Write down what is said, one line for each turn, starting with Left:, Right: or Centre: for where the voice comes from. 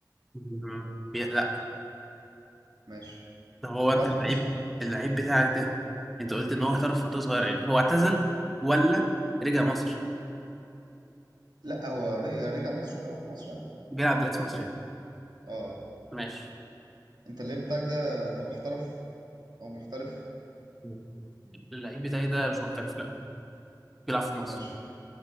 Centre: مم. بي- لا
Right: ماشي
Centre: طب هو
Right: بيلعب
Centre: انت اللعيب
Right: في مصر
Centre: اللعيب بتاعك ده انت قلت ان هو احترف فترة صغيرة يعني هو اعتزل ولا رجع مصر
Right: لا هو رجع رجع مصر بيلعب في مصر عادي
Centre: بيلعب دلوقتي مصر يعني
Right: اه
Centre: ماشي
Right: انت اللعيب بتاعك ده طب احترف او محترف
Centre: مم. اللعيب بتاعي ده مش محترف لا بيلعب في مصر
Right: ماشي